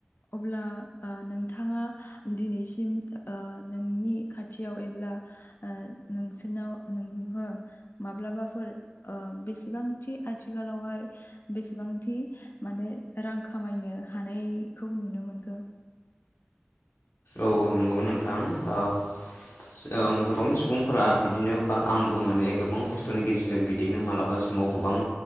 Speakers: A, on the left; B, on the left.
A: अब्ला नोंथाङा दिनैसिम नोंनि खाथियाव एब्ला नोंसोरनाव नोंङो माब्लाबाफोर बेसेबांथि आथि आथिखालावहाय बेसेबांथि माने रां खामायनो हानायखौ नुनो मोनो दों
B: औ नंगौ नोंथां औ गोबां सुबुंफोरा बिदिनो बा आंबो माने गोबां खस्थ'नि गेजेरजों बिदिनो मालाबा सम समाव गोबां